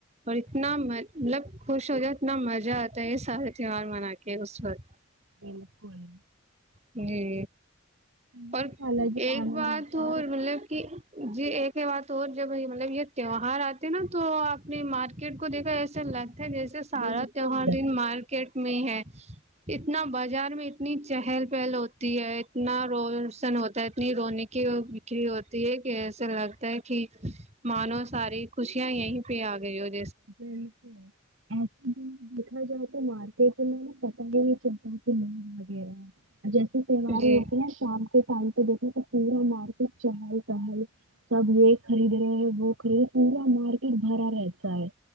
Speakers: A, on the right; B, on the right.
A: اور اتنا م مطلب خوش ہو جائے اتنا مز <unintelligible> مہ آتا ہے یہ سارے تیوار منا کے اس وقت
B: بالکل
A: <unintelligible> جی
B: تہوار
A: اور
B: کا الگ ہی
A: ایک
B: آنند
A: بات
B: ہوتا ہے
A: اور مطلب کہ <unintelligible> جی ایک ہی بات اور جب مطلب یہ توار آتے نا تو آپ نے مارکیٹ کو دیکھا ایسا <unintelligible> تھ جیسے سارد
B: بالکل
A: <unintelligible> جہ مارک <unintelligible> میٹ میں ہے اتنا بازار میں اتنی چہل پہل ہوتی ہے اتنا روشن ہوتا ہے اتنی رونیقی بکری ہوتی ہے کہ ایسا لگتا ہے کہ مانو ساری خوشیاں یہیں پہ آ گئی ہوتی <unintelligible>
B: بالکل آپ <unintelligible> دیکھا جائے تو مارک تو میں نے پتا ہے <unintelligible> مگ وغیرہ جیسے تہوار
A: جی
B: ہوتے نا شام کے ٹائم پہ دیکھیں تو پورا مار <unintelligible> ب چہل چہل سب یہ خرید رہے ہیں وہ خرید رہے پورا مارکیٹ بھرا رہتا ہے